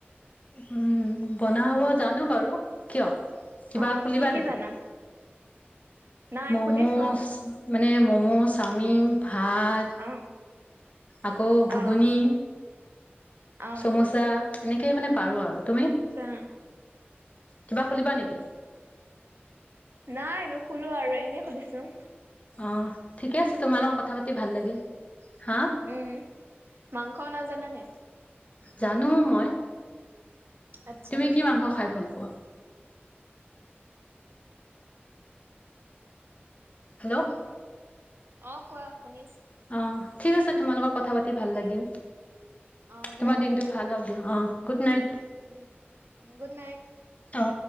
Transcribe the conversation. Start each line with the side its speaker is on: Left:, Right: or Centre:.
Left: উম বনাব জানো বাৰু কিয় কিবা
Right: অ
Left: খুলিবা
Right: কি কি
Left: নিকি
Right: জানা নাই
Left: মম'চ্।
Right: সুধিছো
Left: মানে ম'ম' চাওমিন ভাত
Right: অ
Left: আকৌ ঘুগুনি
Right: অ অ
Left: চমোচা এনেকে মানে পাৰো আৰু তুমি
Right: ছা
Left: কিবা খুলিবা নিকি
Right: নাই নোখোলো আৰু এনেই সুধিছোং
Left: অ ঠিকে আছে তোমাৰ লগত কথা পাতি ভাল লাগিল হা
Right: উম মাংস বনাব জানানে
Left: জানো মই
Right: আচ্ছা
Left: তুমি কি মাংস খাই ভাল পোৱা হেল্ল'
Right: অ কোৱা শুনি আছো
Left: অ ঠিক আছে তোমাৰ লগত কথা পাতি ভাল লাগিল
Right: অ দিয়া
Left: তোমাৰ
Right: হ'ব
Left: দিনটো
Right: দিয়া
Left: ভাল হক দিয়া অ গুড নাইট
Right: উম উ গুড নাইট
Left: অ